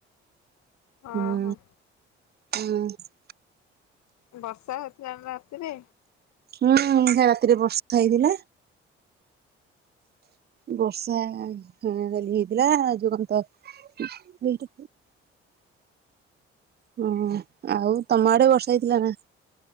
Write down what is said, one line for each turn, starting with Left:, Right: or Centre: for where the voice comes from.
Left: ହଁ
Right: ଉଁ
Left: ହଁ
Right: ହୁଁ।
Left: ବର୍ଷା ହଉଥିଲା ନା ରାତିରେ
Right: ହୁଁ ଉଁ ସେ ରାତିରେ ବର୍ଷା ହେଇଥିଲା। ବର୍ଷା ଆ- ଆ -ହ -ଅ ଖାଲି ହେଇଥିଲା ଆ ଯେ କନ୍ତ। <inaudible> ହୁଁ ଆଉ ତମ ଆଡେ ବର୍ଷା ହେଇଥିଲା ନା?